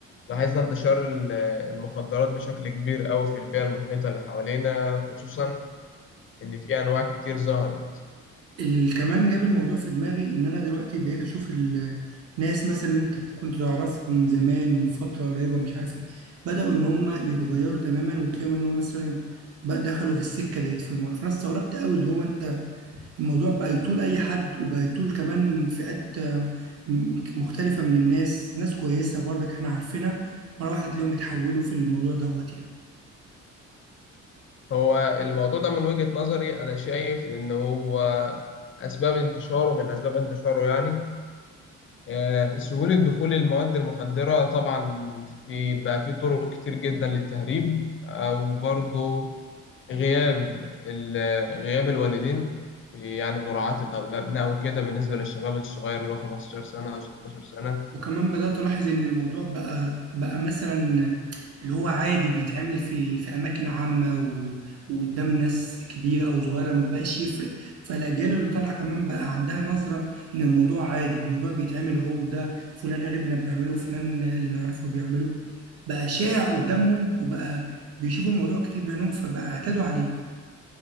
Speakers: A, on the left; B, on the right.
A: لاحظنا انتشار ال- المخدرات بشكل كبير أوي في البيئة المحيطة اللي حوالينا خصوصا إن في أنواع كتير ظهرت
B: ال- كمان جاب الموضوع في دماغي إن أنا دلوقتي بقيت أشوف الناس مثلا اللي أنت كنت تعرفهم زمان من فترة قريبة مش عارف ايه بدأوا إن هم يتغيروا تماما وتلاقيهم إن هم مثلا بقى دخلوا في السكة ديت فالم- فأنا استغربت قوي اللي هو أنت الموضوع بقى يطول اي حد وبقى يطول كمان فئات آه، م- مختلفة من الناس ناس كويسة برضك احنا عارفينها مرة واحدة تلاقيهم اتحولوا في الموضوع دوت يعني
A: هو الموضوع ده من وجهة نظري أنا شايف إن هو أسباب انتشاره من أسباب انتشاره يعني آه، سهولة دخول المواد المخدرة طبعا في بقى في طرق كتير جدا للتهريب أو برضو غياب ال- غياب الوالدين في- يعني مراعاة الأبناء وكده بالنسبة للشباب الصغير اللي هو 15 سنة أو 16 سنة
B: وكمان بدأت ألاحظ إن الموضوع بقى بقى مثلا اللي هو عادي بيتعمل في في أماكن عامة و... وقدام ناس كبيرة أو صغيرة ما بقاش يفرق فالأجيال اللي طالعة كمان بقى عندها نظرة إن الموضوع عادي الموضوع بيتعمل أهو ده فلان قريبنا بيعمله فلان اللي نعرفه بيعمله بقى شائع قدامهم وبقى بيشوفوا الموضوع كتير بعينهم فبقى اعتادوا عليه